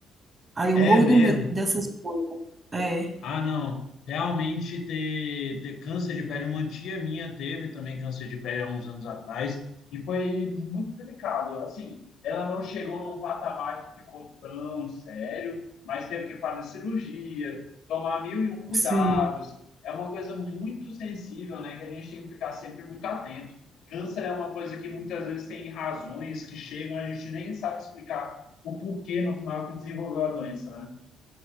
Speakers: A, on the right (about 30°); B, on the left (about 70°).
A: Aí eu
B: É
A: morro
B: mesmo.
A: de medo dessas coisas. É.
B: Ah, não. Realmente ter, ter câncer de pele, uma tia minha teve também câncer de pele há uns anos atrás e foi muito delicado. Assim, ela não chegou num patamar que ficou tão sério, mas teve que fazer cirurgia, tomar mil e um cuidados.
A: Sim,
B: É uma coisa muito sensível, né, que a gente tem que ficar sempre muito atento. Câncer é uma coisa que muitas vezes tem razões que chegam, a gente nem sabe explicar o porquê no final que desenvolveu a doença, né?